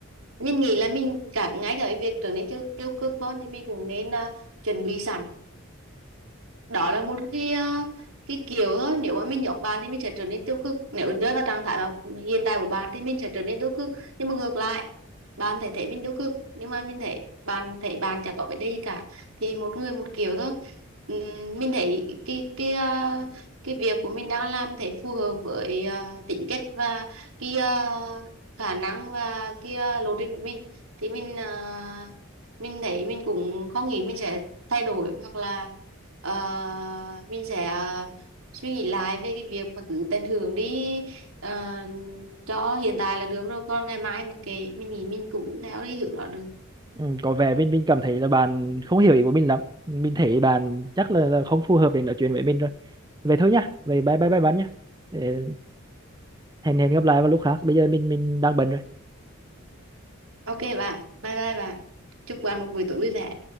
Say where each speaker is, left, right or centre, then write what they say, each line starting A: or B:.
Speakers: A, on the right (about 75°); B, on the right (about 20°).
A: mình nghĩ là mình cả ngay cả cái việc trở nên tiêu tiêu cực hơn thì mình cũng nên à, chuẩn bị sẵn đó là một cái ờ, cái kiểu thôi nếu mà mình nhốt bạn thì mình sẽ trở nên tiêu cực nếu rơi vào trạng thái mà hiện tại của bạn thì mình sẽ trở nên tiêu cực nhưng mà ngược lại bạn thể thấy mình tiêu cực nhưng mà mình thấy bạn thấy bạn chẳng có vấn đề gì cả thì một người một kiểu thôi Ừm, mình thấy cái cái ờ, cái việc của mình đang làm thấy phù hợp với ờ, tính cách và cái ờ, khả năng và cái ờ, lộ trình của mình thì mình ờ, mình thấy mình cũng không nghĩ mình sẽ thay đổi hoặc là ờ, mình sẽ ờ, suy nghĩ lại về cái việc mà cứ tận hưởng đi ờ, cho hiện tại là được rồi còn ngày mai mà kệ mình nghĩ mình cũng theo đi hướng đó được
B: Ừ, có vẻ mình mình cảm thấy là bạn không hiểu ý của mình lắm mình thấy bạn chắc là, là không phù hợp để nói chuyện với mình rồi vậy thôi nhá vậy bye bye bye bạn nhá Để hẹn hẹn gặp lại vào lúc khác bây giờ mình mình đang bận rồi
A: ok bạn bye bye bạn chúc bạn một buổi tối vui vẻ